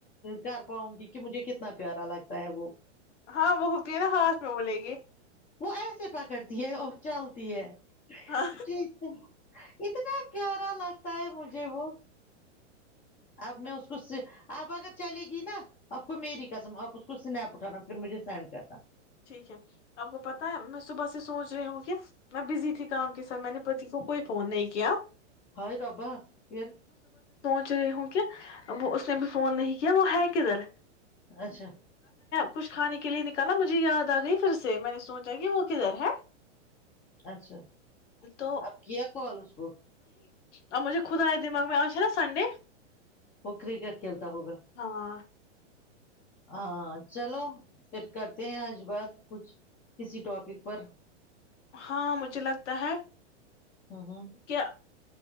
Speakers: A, on the left; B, on the left.
A: کر پاؤں گی کہ مجھے کتنا پیارا لگتا ہے وہ
B: ہاں وہ ہوتی ہے نا ہاھ میں بولے گی
A: وہ ایسے پکڑتی ہے اور چلتی ہے
B: ہاں
A: جی س اتنا پیارا لگتا ہے مجھے وہ اب میں اس کو اب اگر چلے گی نا آپ کو میری قسم آپ اس کو سنیپ اٹھانا پھر مجھے سینڈ کرنا
B: ٹھیک ہے آپ کو پتاہ ہے میں صبح سے سوچ رہی ہوں کہ میں بزی تھی کام کے ساتھ میں نے پتی کو کوئی فون نہیں کیا
A: ہائی ڈابا پھر
B: چ ہوں کہ وہ اس نے بھی فون نہیں کیا وہ ہے کدھر
A: اچھا
B: کچھے کے لیے نکال مجھے یاد آ گئی پھر سے میں نے سوچ جگ ہوکار ہے
A: اچھا
B: تو
A: اب کیا کال اس کو
B: ان جو خدایا دماغ میں آج نا سنڈے
A: وہ کرکٹ کھیلتا ہوگا
B: ہاں
A: ہاں چلو پھر کرتے ہیں آج بات کچھ کسی ٹاپک پر
B: ہاں مجھے لگتا ہے
A: ہاں ہاں
B: کہ